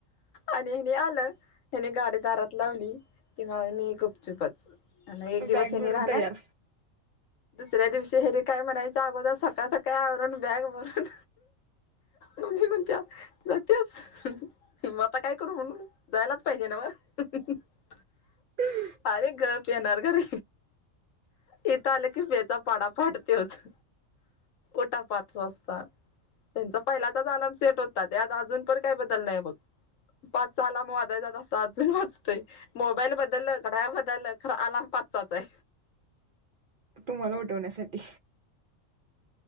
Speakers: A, on the left (about 75°); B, on the right (about 55°).
A: आणि हेनी आलं त्याने गाडी दारात लावली कि म मी गुपचुपच आणि एक दिवस
B: बॅग
A: हेनी
B: भरून
A: राहणार
B: तयार
A: दुसऱ्या दिवशी हेनी काय म्हणायच अगोदर सकाळ सकाळ अवरून बॅग भरून मम्मी म्हणत्या जात्यास मग आता काय करू म्हणून जायलाच पाहिजे न्हव <unintelligible>
B: <inaudible>
A: अरे गप येणार घरी इथं आलं की बे चा पाडा पाठ त्योच ओटा पाच वाजता त्यांचा पहिला तच आलम सेट होता त्यात अजून पण काय बदल नाहीय बघ पाचचा आलार्म वाजायचा त असं अजून वाजतंय मोबाईल बदल क नाइ बदल खर आलाम पाचचाच हाय
B: तुम्हाला उठवण्यासाठी